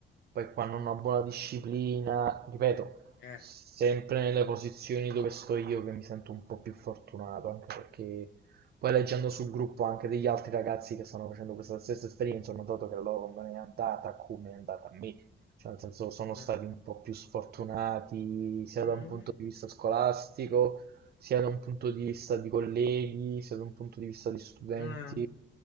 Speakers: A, on the right; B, on the left.
A: Poi quando una buona disciplina, ripeto,
B: Eh,
A: sempre nelle posizioni dove sto io che mi sento un po' più fortunato, anche perché poi leggendo sul gruppo anche degli altri ragazzi che stanno facendo questa stessa esperienza, ho notato che la loro non è andata come è andata a me, cioè nel senso sono stati
B: eh.
A: un po' più sfortunati sia
B: Mm,
A: da un punto di vista scolastico sia da un punto di vista di colleghi, sia da un punto di vista di studenti,
B: eh,